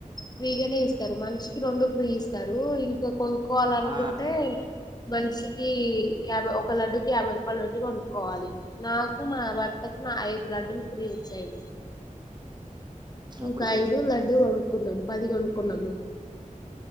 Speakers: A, on the left; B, on the right.
A: ఫ్రీగానే ఇస్తారు మనిషికి రెండు ఇస్తారు ఇంకా కొనుక్కోవాల అనుకుంటే
B: ఆ
A: మనిషికి యాభై ఒక లడ్డుకి యాభై రూపాయలు పెట్టి కొనుక్కోవాలి నా మా భర్తకు ఐదు లడ్డులు ఫ్రీ వచ్చాయి
B: వచ్చినప్పుడు
A: ఇంకా
B: ఇచ్చిర్రు
A: ఐదు లడ్డు కొనుక్కున్నాం పది కొనుక్కున్నాం మేం